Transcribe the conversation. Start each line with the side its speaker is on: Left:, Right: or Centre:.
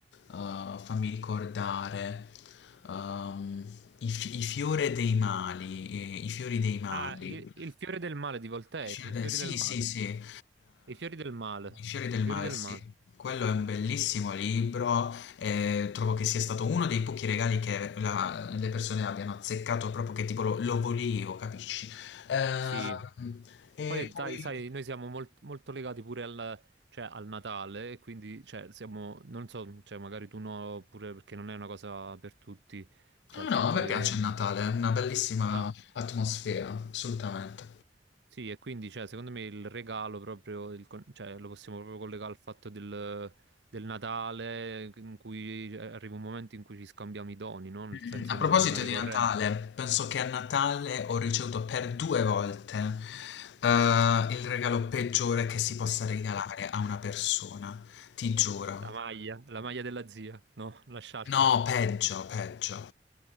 Left: eh, fammi ricordare, ehm, I, fi- i fiori dei mali, eh, i fiori dei mali.
Right: Ah, il, il fiore del male di Voltaire,
Left: I Fiori
Right: i
Left: del-
Right: fiori
Left: Sì,
Right: del male.
Left: sì, sì, eh,
Right: I fiori del male,
Left: I fiori
Right: i
Left: del
Right: fiori
Left: mare,
Right: del
Left: sì.
Right: male.
Left: Quello è un bellissimo libro, eh, trovo che sia stato uno dei pochi regali che la- le persone abbiano azzeccato proprio che tipo lo, lo volevo, capisci? Eh,
Right: Sì.
Left: e
Right: Poi, dai,
Left: poi...
Right: sai, noi siamo mol- molto legati pure al, cioè, al Natale, e quindi, cioè, siamo, non so, cioè, magari tu no, pure perché non è una cosa per tutti, cioè,
Left: No,
Right: il fatto
Left: no, a me
Right: che...
Left: piace il Natale, è una bellissima
Right: Ah,
Left: atmosfera, assolutamente.
Right: sì, e quindi, cioè, secondo me il regalo proprio, il con- cioè, lo possiamo proprio collegare al fatto del, del Natale, in cui eh, arriva un momento in cui ci scambiamo i doni, no? Nel
Left: Mm,
Right: senso,
Left: A
Right: è
Left: proposito
Right: una, una ricorrenza.
Left: di Natale, penso che a Natale ho ricevuto per due volte eh, il regalo peggiore che si possa regalare a una persona, ti giuro.
Right: La maglia, la maglia della zia, no, la sciarpa,
Left: No, peggio, peggio.